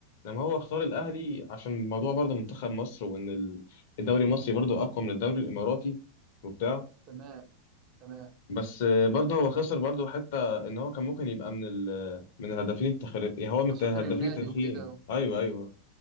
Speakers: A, on the left; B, on the right.
A: لما هو اختار
B: مم.
A: الاهلي عشان الموضوع برضه منتخب مصر وان ال- الدوري المصري برضه اقوى من الدوري الاماراتي وبتاع
B: تمام تمام
A: بس برضه هو خسر برضه حتى ان هو كان ممكن يبقى من ال من الهدافين التخر... يعني هو من
B: اساطير
A: الهدافين
B: النادي
A: التاريخيين
B: وكده و...
A: ايوه ايوه